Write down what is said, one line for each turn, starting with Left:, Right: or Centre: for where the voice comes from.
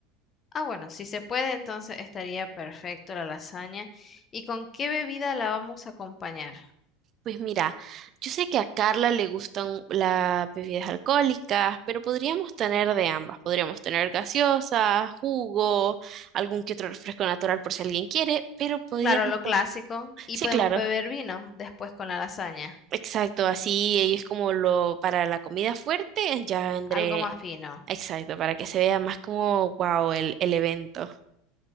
Left: Ah, bueno, si se puede, entonces estaría perfecto la lasaña. ¿Y con qué bebida la vamos a acompañar?
Right: Pues mira, yo sé que a Carla le gustan las bebidas alcohólicas, pero podríamos tener de ambas. Podríamos tener gaseosa, jugo, algún que otro refresco natural por si alguien quiere, pero podríamos...
Left: Claro, lo
Right: com-
Left: clásico, y
Right: Sí,
Left: podemos
Right: claro,
Left: beber vino después con la lasaña,
Right: exacto, así ella es como lo para la comida fuerte, ya vendré,
Left: algo más fino.
Right: exacto, para que se vea más como, wow, el, el evento.